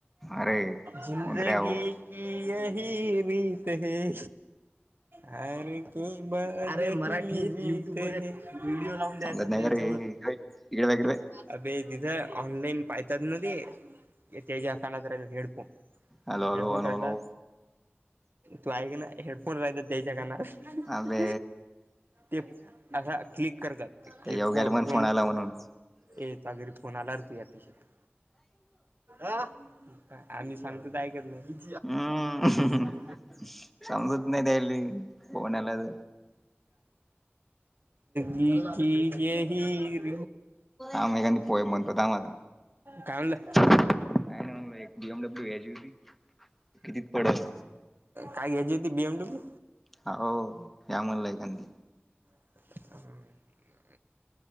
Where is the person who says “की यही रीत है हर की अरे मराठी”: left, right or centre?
Right